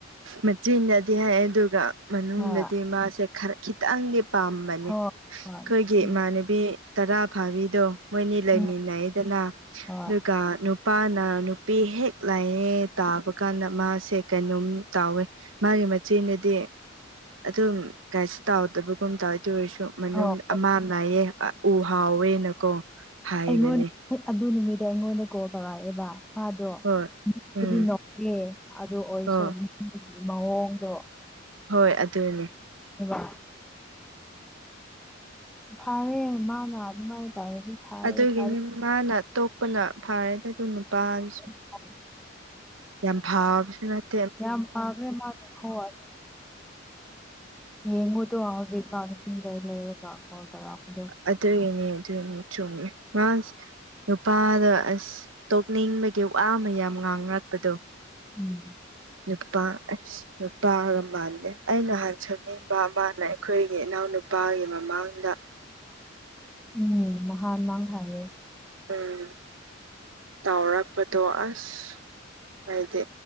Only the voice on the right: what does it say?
ꯃꯆꯤꯟꯅꯗꯤ ꯍꯥꯏ ꯑꯗꯨꯒ ꯃꯅꯨꯡꯗꯗꯤ
ꯃꯥꯁꯦ ꯈꯔ ꯈꯤꯇꯪꯗꯤ ꯄꯥꯝꯕꯅꯦ
ꯑꯩꯈꯣꯏꯒꯤ
ꯏꯃꯥꯟꯅꯕꯤ ꯇꯔꯥ ꯐꯥꯕꯤꯗꯣ ꯃꯣꯏꯅꯤ ꯂꯩꯃꯤꯟꯅꯩꯗꯅ
ꯑꯗꯨꯒ ꯅꯨꯄꯥꯅ ꯄꯦ ꯍꯦꯛ ꯂꯥꯛꯑꯦ ꯇꯥꯕ ꯀꯥꯟꯗ ꯃꯥꯁꯦ ꯀꯩꯅꯣꯝ ꯇꯥꯎꯋꯦ ꯃꯥꯒꯤ ꯃꯆꯦꯅꯗꯤ ꯑꯗꯨꯝ ꯀꯥꯏꯁꯨ ꯇꯥꯎꯗꯕꯒꯨꯝ ꯇꯧꯏꯗꯨ ꯑꯣꯏꯔꯁꯨ ꯃꯅꯨꯡꯗ
ꯑꯃ ꯂꯥꯏꯌꯦ ꯎ ꯍꯥꯎꯋꯦꯅꯀꯣ ꯍꯥꯏꯕꯅꯦ
ꯍꯣꯏ ꯎꯝ
ꯍꯣꯏ
ꯍꯣꯏ ꯑꯗꯨꯅꯦ
ꯑꯗꯨꯒꯤꯅꯤ
ꯃꯥꯅ ꯇꯣꯛꯄꯅ ꯐꯥꯔꯦꯗ ꯑꯗꯨ ꯅꯨꯄꯥꯁꯨ꯫
ꯌꯥꯝ ꯐꯥꯕꯁꯨ ꯅꯠ
ꯑꯗꯨꯒꯤꯅꯤ ꯑꯗꯨꯒꯤꯅꯤ ꯆꯨꯝꯃꯦ ꯃꯥ ꯅꯨꯄꯥꯗ ꯑꯁ ꯇꯣꯛꯅꯤꯡꯕꯒꯤ ꯋꯥ ꯑꯃ ꯌꯥꯝ ꯉꯥꯡꯅꯔꯛꯄꯗꯣ
ꯅꯨꯄꯥ ꯅꯨꯄꯥꯒ ꯃꯥꯟꯂꯦ ꯑꯩꯅꯍꯥꯟ ꯁꯛꯅꯤꯡꯕ ꯑꯃꯥ ꯂꯩ ꯑꯩꯈꯣꯏꯒꯤ ꯏꯅꯥꯎꯅꯨꯄꯥꯒꯤ ꯃꯃꯥꯡꯗ
ꯎꯝ ꯇꯥꯎꯔꯛꯄꯗꯣ ꯑꯁ ꯍꯥꯏꯗꯤ